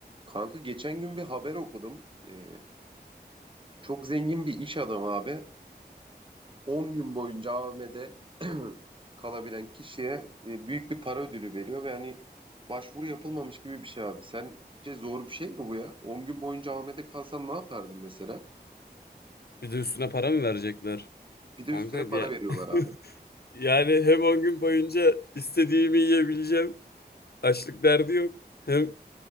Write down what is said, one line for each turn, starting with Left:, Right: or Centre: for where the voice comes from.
Right: Kanka geçen gün bir haber okudum. Ee, çok zengin bir iş adamı abi. 10 gün boyunca AVM'de <clears throat> kalabilen kişiye e, büyük bir para ödülü veriyor ve hani başvuru yapılmamış gibi bir şey abi. Sence zor bir şey mi bu ya? 10 gün boyunca AVM'de kalsan ne yapardın mesela?
Left: Bir de üstüne para mı verecekler?
Right: Bir de
Left: Kanka
Right: üstüne para
Left: diye.
Right: veriyorlar
Left: <laughs>
Right: abi.
Left: Yani hem 10 gün boyunca istediğimi yiyebileceğim. Açlık derdi yok. Hem